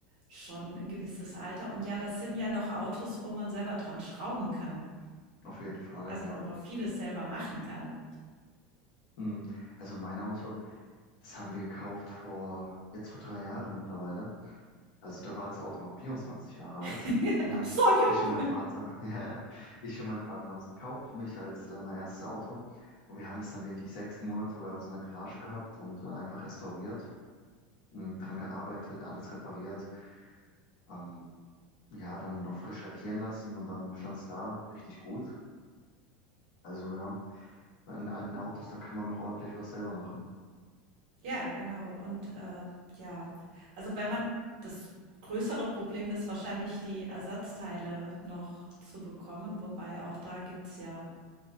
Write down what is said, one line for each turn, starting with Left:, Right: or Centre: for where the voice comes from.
Right: schon ein gewisses Alter. Und ja, das sind ja noch Autos, wo man selber dran schrauben kann,
Left: Auf jeden Fall,
Right: also
Left: ja.
Right: wo man vieles selber machen kann.
Left: Mhm. Also mein Auto, das haben wir gekauft vor, jetzt vor drei Jahren mittlerweile. Also da war das Auto noch 24 Jahre alt.
Right: <laughs>
Left: Hm,
Right: Noch so jung.
Left: Ich und mein Vater, <laughs> ja, ja, ich und mein Vater haben es gekauft für mich als äh, mein erstes Auto. Und wir haben es dann wirklich sechs Monate bei uns in der Garage gehabt und äh, einfach restauriert, hm, dran gearbeitet, alles repariert. Ähm, ja, dann noch frisch lackieren lassen und dann stand es da richtig gut. Also ja, bei den alten Autos, da kann man noch ordentlich was selber machen.
Right: Ja, genau. Und, äh, ja, also wenn man das größere Problem ist wahrscheinlich, die Ersatzteile noch zu bekommen, wobei auch da gibt's ja